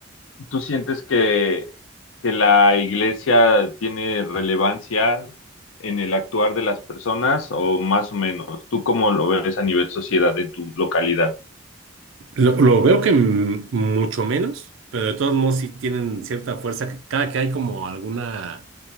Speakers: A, on the left (about 75°); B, on the right (about 70°).
A: ¿tú sientes que, que la iglesia tiene relevancia en el actuar de las personas o más o menos? ¿Tú cómo lo ves a nivel sociedad en tu localidad?
B: Lo, lo veo que m- mucho menos, pero de todos modos sí tienen cierta fuerza, que cada que hay como alguna